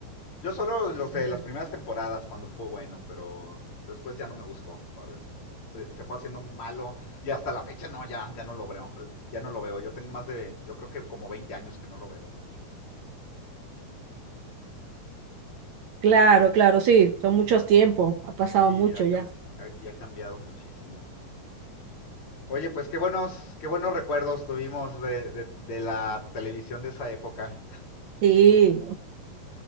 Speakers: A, on the left; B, on the right.
A: Yo solo los de
B: Me encanta.
A: las primeras temporadas cuando fue bueno, pero después ya no me gustó, ¿sabes? Se, se fue haciendo malo y hasta la fecha no, ya, ya no lo veo, eh, ya no lo veo. Yo tengo más de, yo creo que como 20 años que no lo veo, de hecho.
B: Claro, claro, sí, son muchos tiempos, ha pasado
A: Sí,
B: mucho
A: ha
B: ya.
A: cam- y ha cambiado muchísimo. Oye, pues qué buenos, qué buenos recuerdos tuvimos de, de, de la televisión de esa época.
B: Sí,